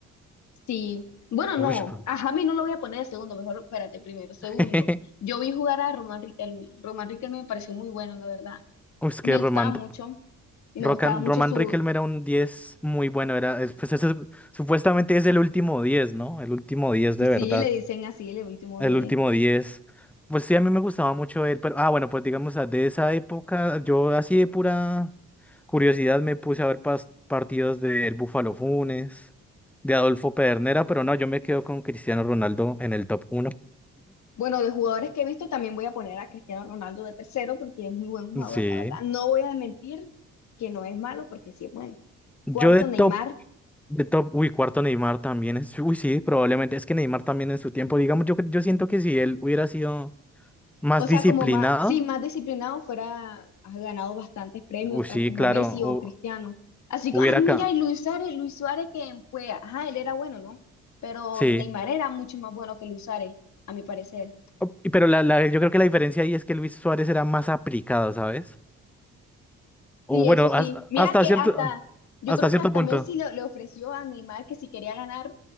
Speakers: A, on the left (about 65°); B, in the centre.
A: Sí, bueno, no,
B: Uy, bro.
A: a James no lo voy a poner de segundo, mejor espérate, primero. Segundo,
B: <laughs>
A: yo vi jugar a Román Riquelme. Román Riquelme me pareció muy bueno, la verdad.
B: Uy, es
A: Me
B: que
A: gustaba
B: Román,
A: mucho, me
B: Rocan-
A: gustaba mucho
B: Román
A: su,
B: Riquelme era un 10 muy bueno. Era, es- pues ese- supuestamente es el último diez ¿no? El último 10 de
A: sí,
B: verdad.
A: le dicen así, el último
B: El
A: 10.
B: último diez Pues sí, a mí me gustaba mucho él, pero ah, bueno, pues digamos ah, de esa época, yo así de pura curiosidad me puse a ver pas- partidos del Búfalo Funes, de Adolfo Pedernera, pero no, yo me quedo con Cristiano Ronaldo en el top uno
A: Bueno, de jugadores que he visto también voy a poner a Cristiano Ronaldo de tercero porque es muy buen jugador,
B: <laughs> Sí.
A: la verdad. No voy a mentir que no es malo porque sí es bueno.
B: Yo
A: Cuarto,
B: de top,
A: Neymar.
B: de top, uy, cuarto Neymar también es, uy, sí, probablemente, es que Neymar también en su tiempo, digamos, yo, yo siento que si él hubiera sido más
A: O
B: disciplinado,
A: sea, como más, sí, más disciplinado fuera, has ganado bastantes premios,
B: uy,
A: tal
B: sí,
A: como
B: claro,
A: Messi o
B: hu-
A: Cristiano. Así
B: hubiera
A: que, ah, mira,
B: acá,
A: y Luis Suárez, Luis Suárez que fue, ajá, él era bueno, ¿no? Pero
B: sí,
A: Neymar era mucho más bueno que Luis Suárez, a mi parecer.
B: O- y pero la, la, yo creo que la diferencia ahí es que Luis Suárez era más aplicado, ¿sabes? O
A: Sí,
B: bueno,
A: eso sí.
B: hasta,
A: Mira
B: hasta
A: que
B: cierto,
A: hasta, yo
B: hasta
A: creo
B: cierto
A: que hasta
B: punto.
A: Messi le, le ofreció a Neymar que si quería ganar